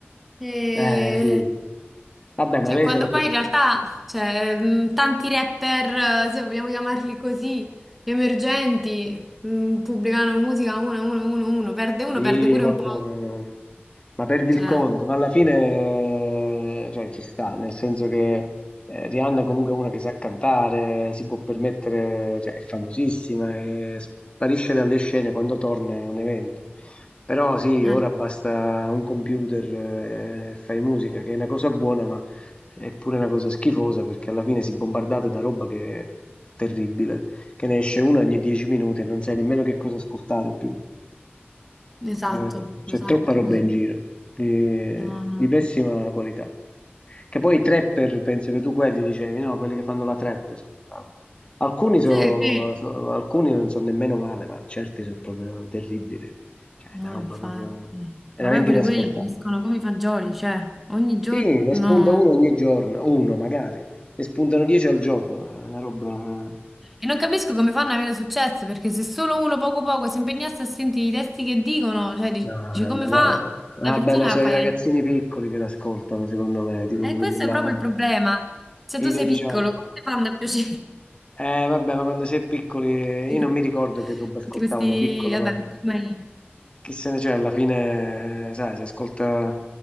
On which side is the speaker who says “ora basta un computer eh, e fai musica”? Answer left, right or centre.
Left